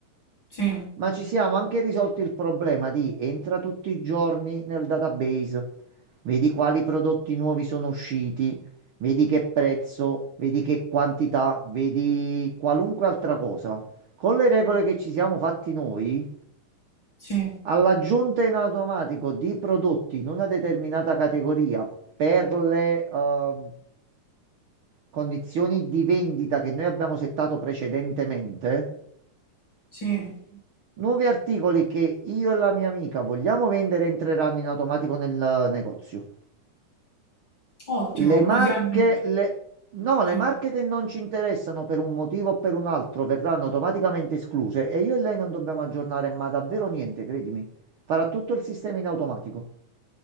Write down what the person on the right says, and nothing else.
ma ci siamo anche risolti il problema di entra tutti i giorni nel database, vedi quali prodotti nuovi sono usciti, vedi che prezzo, vedi che quantità, vedi qualunque altra cosa. Con le regole che ci siamo fatti noi.
All'aggiunta in automatico di prodotti in una determinata categoria per le ehm, condizioni di vendita che noi abbiamo settato precedentemente,
nuovi articoli che io e la mia amica vogliamo vendere entreranno in automatico nel negozio.
Le marche,
le... No,
le marche che non ci interessano per un motivo o per un altro verranno automaticamente escluse e io e lei non dobbiamo aggiornare, ma davvero niente, credimi. Farà tutto il sistema in automatico.